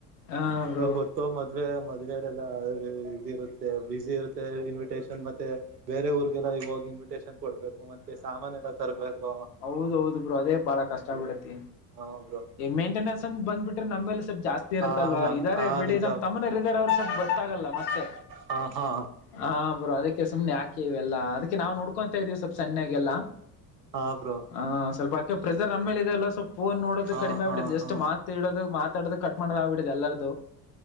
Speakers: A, on the left (about 70°); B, on the right (about 80°).
A: ಹಾ ಬ್ರೋ
B: ಗೊತ್ತು ಮದ್ವೆ ಮದ್ವೆ ಇದ ಇರುತ್ತೆ ಬ್ಯುಸಿ ಇರುತ್ತೆ ಇನ್ವಿಟೇಷನ್ ಮತ್ತೆ ಬೇರೆ ಊರಿಗೆಲ್ಲ ಇವಾಗ ಇನ್ವಿಟೇಷನ್ ಕೊಡ್ಬೇಕು ಮತ್ತೆ ಸಾಮಾನ ಎಲ್ಲ ತರ್ಬೇಕು
A: ಹೌದೌದು ಬ್ರೋ ಅದೇ ಬಹಳ
B: ಹ್ಮ
A: ಕಷ್ಟ ಬಿಡತಿ
B: ಹ ಬ್ರೋ
A: ಮೇಂಟೆನೆನ್ಸ್ ಅಂದ ಬಂದ್ಬಿಟ್ರೆ ನಮ್ಮೇಲೆ ಜಾಸ್ತಿ ಇರುತ್ತಲ್ವಾ
B: ಹ ನಮ್
A: ಇದಾರೆ
B: ಹ
A: ಬಿಡಿ
B: ನಿಜ
A: ನಮ್ ತಮ್ಮನರ ವರ್ಷದ ಗೊತ್ತಾಗಲ್ಲ ಮತ್ತೆ
B: ಹ ಹಾ
A: ಹ ಬೋ ಅದಕ್ಕೆ ಸುಮ್ನೆ ಆಕೆ ಇವೆಲ್ಲ ಅದಕ್ಕೆ ನಾವು ನೋಡ್ಕೊಂತತ ಇದೀವಿ ಸ್ವಲ್ಪ ಸಣ್ಣಾಗಲ್ಲ
B: ಹಾ ಬ್ರೋ
A: ಹ ಸ್ವಲ್ಪ ಆಕೆ ಪ್ರೆಸರ್ ನಮ್ಮೇಲೆ ಇದೆ ಅಲ್ ಸ್ವಲ್ಪ ಫೋನ್ ನೋಡದು
B: ಹಾ
A: ಕಡಿಮೆ
B: ಹಾ
A: ಆಗ್ಬಿಡಿದೆ ಜಸ್ಟ್
B: ಹಾ
A: ಮಾತ್ ಇಡೋದು ಮಾತಾಡೋದು ಕಟ್ ಮಾಡೋದಗ್ಬಿಡಿದೆ ಎಲ್ಲಾರ್ದು